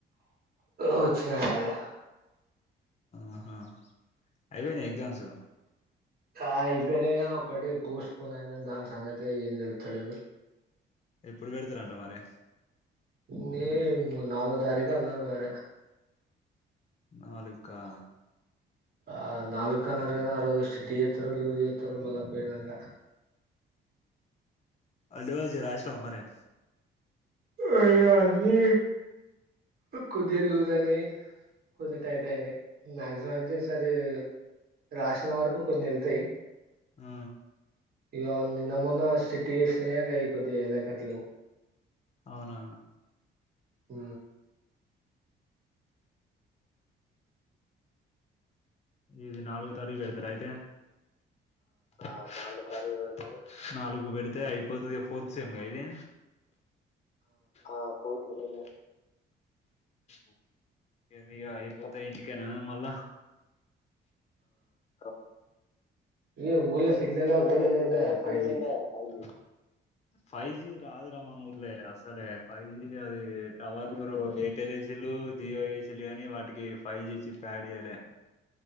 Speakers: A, on the right; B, on the left.
A: వచ్చిన అదే
B: ఆహా అయిపోయినాయా ఎగ్జామ్స్
A: ఆ అయిపోయినాయి కాని ఒక్కటి పోస్ట్ పోన్ అయిన దాని సంగతే ఏం తెలుత్తలేదు
B: ఎప్పుడు పెడుతురంట మరీ
A: మేమ్ నాలుగో తారీఖు అన్నర మర
B: నాలుక్కా
A: ఆ నాలుక్కన్నరుగన ఆరోజు స్ట్రిట్ చేత్తరో లూజ్ చేత్తరో మళ్ళా పోయినంక
B: అ లేవాజ రాసినవ మరియు
A: ఆ ఇగ అన్ని కొద్దిగా లూజ్ అయినాయి కొన్ని టైట్ అయినాయి మాక్సిమం అయితే ఈసారి రాసిన వరకు కొన్ని వెళ్తాయి
B: ఆ
A: ఇక నిన్న మొన్న స్ట్రిక్ట్యేషన్కయి ఈ కొద్ది ఎలాకట్లు
B: అవునా
A: ఊ
B: ఇది నాలుగ తారీఖు వెడతార అయితే నాలు నాలుగు తారీకు పెడతారు నాలుగు పెడితే అంత ఇయిపోతది ఫోర్త్ సేమ్మా ఇది ఆ ఫోర్త్ సేమ్ ఊహు ఇంగ అయిపోతే ఇంటికేనా మళ్ళా ఆ
A: ఏవ్ ఊల్లె సిగ్నలే వత్తలేదేందయ్య
B: ఊర్లో సిగ్నల్ వస్తలేదేందో
A: ఫైవ్ జి
B: ఫైవ్ జీ ఫైవ్ జి రాదురా మన ఊర్లే అసలే ఫైవ్ జి అది టవర్లు ఎయిర్టెల్ ఏసీలు జియో ఏసీలు గాని వాటికి ఫైవ్ జీ చిప్ యాడ్ ఇయ్యాలె